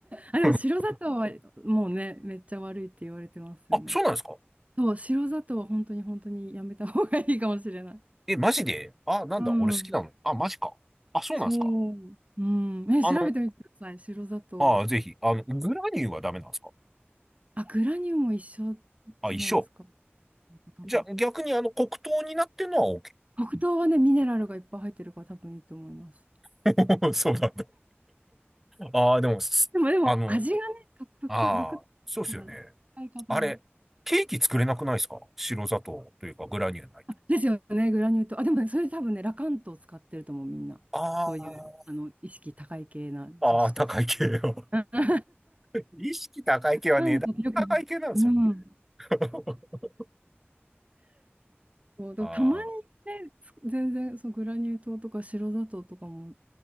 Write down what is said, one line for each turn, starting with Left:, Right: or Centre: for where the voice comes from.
Right: あ、
Centre: <laughs>
Right: でも白砂糖はもうね、めっちゃ悪いって言われてますよね。
Centre: あ、そうなんですか
Right: そう、白砂糖は本当に本当にやめた方がいいかもしれない。
Centre: え、マジであ、なんだ、
Right: うん。
Centre: 俺好きなの。あ、マジか。あ、そうなんですか
Right: そう。うん。え、
Centre: あの、
Right: 調べてみてください。白砂糖。
Centre: あ、ぜひ、あの、グラニューはダメなんですか
Right: あ、グラニューも一緒じゃないですか。
Centre: あ、一緒。
Right: 多分。
Centre: じゃあ、逆にあの、黒糖になってるのは OK。
Right: 黒糖はね、ミネラルがいっぱい入ってるから多分いいと思います。
Centre: <laughs> そうなんだ。ああ、でも、すあの、
Right: でも、でも、味がね、独特、
Centre: ああ、
Right: 独特な使い方が。
Centre: そうですよね。あれ、ケーキ作れなくないですか白砂糖というかグラニューないと。
Right: ですよね、グラニュー糖。あ、でもね、それ多分ね、ラカントを使ってると思う、みんな。
Centre: あ
Right: そういう、あの、意識高い系な女子たち。
Centre: あ、ああ、高い系よ。
Right: <laughs>
Centre: <laughs> 意識高い系は値段高い系なんですよね。
Right: ラカントってよく見る、うん。
Centre: <laughs>
Right: そう、だたまにね、
Centre: ああ、
Right: つ全然、そう、グラニュー糖とか白砂糖とかも